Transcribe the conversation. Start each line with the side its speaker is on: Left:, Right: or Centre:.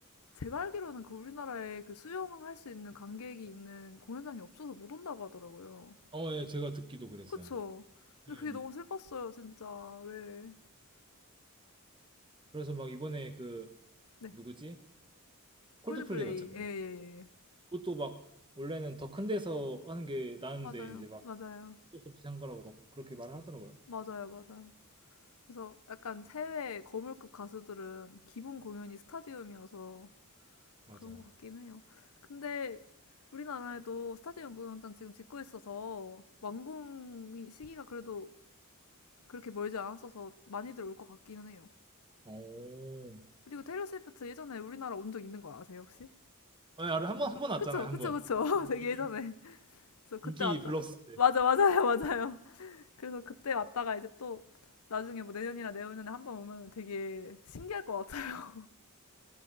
Left: 제가 알기로는 그 우리나라에 그 수영할 수 있는 관객이 있는 공연장이 없어서 못 온다고 하더라고요.
Right: 어, 예, 제가 듣기도 그랬어요.
Left: 그쵸? 근데
Right: 음.
Left: 그게 너무 슬펐어요, 진짜. 왜.
Right: 그래서 막 이번에 그
Left: 네.
Right: 누구지? 콜드플레이
Left: 콜드플레이.
Right: 왔잖아요.
Left: 예, 예, 예. 예.
Right: 그것도 막 원래는 더 큰 데서 하는 게 나은데
Left: 맞아요.
Right: 이제 막
Left: 맞아요.
Right: 어쩔 수 없이 한 거라고 막 그렇게 말을 하더라고요.
Left: 맞아요. 맞아요. 그래서 약간 해외 거물급 가수들은 기본 공연이 스타디움이어서
Right: 맞아요.
Left: 그런 것 같긴 해요. 근데 우리나라에도 스타디움 공연장 지금 짓고 있어서 완공 시기가 그래도 그렇게 멀지 않았어서 많이들 올 것 같기는 해요.
Right: 오.
Left: 그리고 테일러 스위프트 예전에 우리나라 온 적 있는 거 아세요 혹시?
Right: 아, 한번 한 번 왔잖아요,
Left: 그쵸
Right: 한
Left: 그쵸
Right: 번.
Left: 그쵸 <laughs> 되게
Right: 예.
Left: 예전에 그래서 그때
Right: 인기
Left: 왔다
Right: 별로 없을 때. 네.
Left: 맞아 맞아요 맞아요 그래서 그때 왔다가 이제 또 나중에 뭐 내년이나 내후년에 한번 오면 되게 신기할 것 같아요